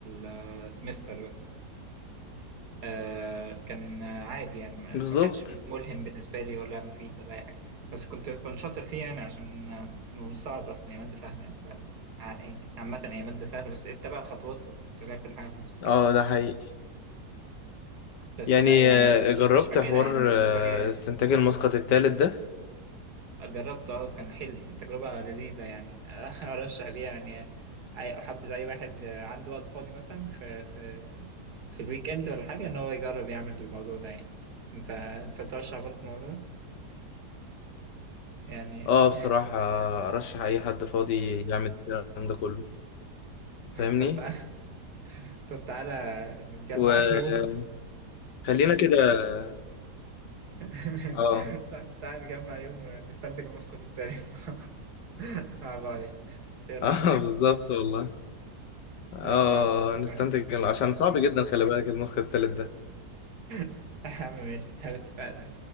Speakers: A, on the right (about 65°); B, on the left (about 80°).
A: آه سمستر بس آه كان آه، عادي يعني ما
B: بالظبط
A: ما كانش ملهم بالنسبه لي ولا مفيد ولا اي حاجه بس كنت كنت شاطر فيه يعني عشان آه، مش صعب اصلا هي ماده سهله يعني ب- ع- يعني عامه هي مادة سهلة بس اتبع الخطوات وكنت لاقي كل حاجة خلصت
B: اه
A: يعني
B: ده حقيقي
A: بس
B: يعني
A: لا يعني
B: آه،
A: مش
B: جربت
A: مش فاكرها
B: حوار
A: يعني بالنسبة
B: آه،
A: لي
B: استنتاج المسقط الثالث ده
A: جربته اه كان حلو تجربة لذيذة يعني <laughs> أرشح بيها يعني أي- أحبذ أي واحد عنده وقت فاضي مثلا في في في الويك إند ولا حاجة إن هو يجرب يعمل الموضوع ده يعني أنت أنت ترشح برضه الموضوع ده يعني
B: اه بصراحة ارشح اي حد فاضي يعمل الكلام ده كله
A: <laughs>
B: فاهمني
A: طب تعالى طب تعالى نتجمع
B: وخلينا
A: يوم
B: كده
A: <laughs>
B: اه
A: تع- تعالى نتجمع يوم ونستنتج النسخة التانية <laughs> مع بعض يعني
B: <laughs>
A: إيه رأيك؟
B: اه بالظبط والله اه
A: ماشي يا عم اتفقنا
B: نستنتج إنه- عشان صعب جدا خلي بالك الماسك التالت ده
A: <laughs> يا عم ماشي اتفقنا